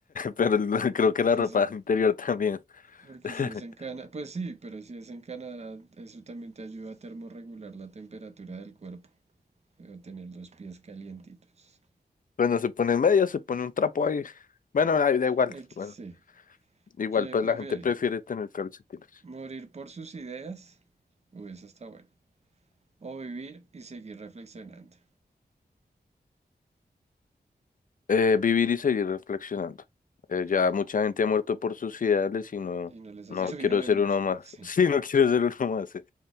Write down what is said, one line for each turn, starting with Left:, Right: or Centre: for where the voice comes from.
Left: Pero el- creo que
Right: Porque
Left: la ropa
Right: sí,
Left: interior también.
Right: porque
Left: <laughs>
Right: si es en Canadá, pues sí, pero si es en Canadá, eso también te ayuda a termorregular la temperatura del cuerpo, o tener los pies calientitos.
Left: Bueno, se pone en medio, se pone un trapo ahí. Bueno, ahí da igual.
Right: Ay, que
Left: Bueno,
Right: sí.
Left: igual,
Right: ¿Qué
Left: pues
Right: prefiere?
Left: la gente prefiere tener calcetines.
Right: ¿Morir por sus ideas? Uy, eso está bueno. O vivir y seguir reflexionando.
Left: Eh, vivir y seguir reflexionando. Eh,
Right: Y,
Left: ya mucha gente ha muerto por sus ideales y no,
Right: y no les
Left: no
Right: ha <laughs> servido
Left: quiero
Right: de
Left: ser
Right: mucho,
Left: uno más.
Right: sí.
Left: <laughs> Sí, no quiero ser uno más. eh.